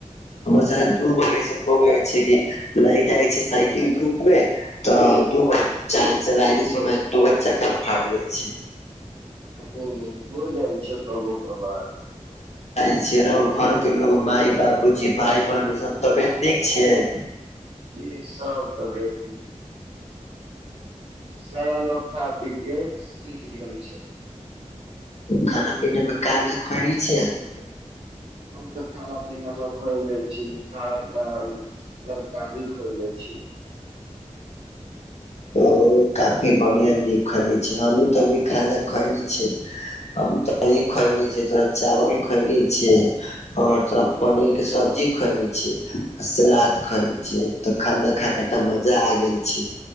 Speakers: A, on the left; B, on the right.
A: हमर स
B: ओ
A: दू बार ऐसन हो गय छैय कि लय जाइ छैय साइकिल धूप मे तऽ दू बार च चला समय दू बार चक्का फाट जाइ छैय।
B: ओ हो जाइ छै कबो बाबा।
A: सर घरके लोग माय बाबू जी भाय बहिन के सब तबियत ठीक छियै।
B: ई सब तऽ। सारा लोग खा-पी के सुइत गेल छै।
A: खाना पीना में का का खैनी छै आज
B: बहु तऽ खाना-पीना पीना में खैले। छी भात दाल तरकारी खैल छी।
A: ओ भी बढ़िया न खेले छी हमु त अभी खान खाइले। तो खोएली छ तथोरा चावल खोएली छिय। और थोड़ा पनीर के सब्जी खाएले छियै आ सलाद खाएले छियै त खाना खा के त मजा आ गेल छैय।